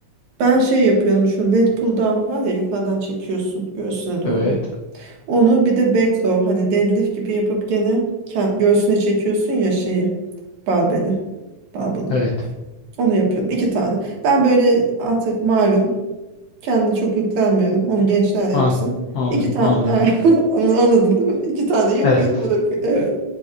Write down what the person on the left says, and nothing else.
Evet.
Evet.
An, an,
anladım.
Evet.